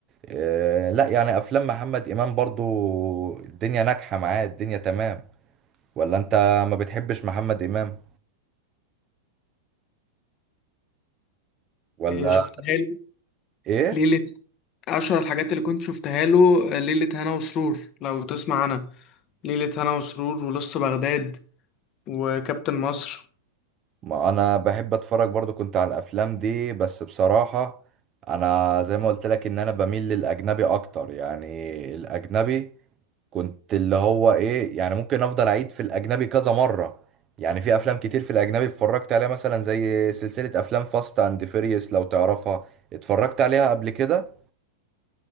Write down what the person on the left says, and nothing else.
آه، شفتها له
ليلة أشهر الحاجات اللي كنت شفتها له آه، ليلة هنا وسرور لو تسمع أنا ليلة هنا وسرور ولص بغداد وكابتن مصر